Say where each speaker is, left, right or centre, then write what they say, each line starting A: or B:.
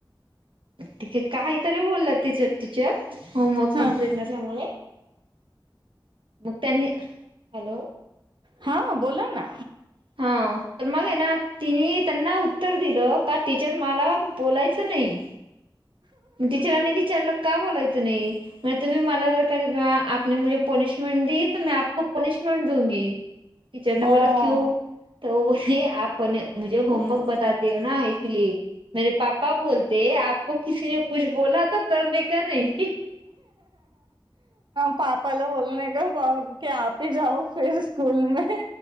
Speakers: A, on the right; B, on the right.
A: ठीके काहीतरी बोलला तिच टीचर होमवर्क
B: हा
A: कंमप्लीट नसल्यामुळे मग त्यानी हॅलो
B: हा बोला ना
A: हा तर मग आहे ना तिने त्यांना उत्तर दिलं का टीचर मला बोलायचं नाही मग टीचरांनी विचारलं का बोलायचं नाही म तुम्ही मला जर कधी आपने मुजे पनिशमेंट दि तो मे आपको पनिशमेंट दूंगी टीचरने
B: हो
A: बोला क्यू त ब आपे मुझे होमवर्क बतते हो ना इसलिये मेेरे पापा बोलते आपको कीने कुछ बोला तो करने का नाही
B: पापाला बोलणे का की आपही जाऊ फिर स्कूल मे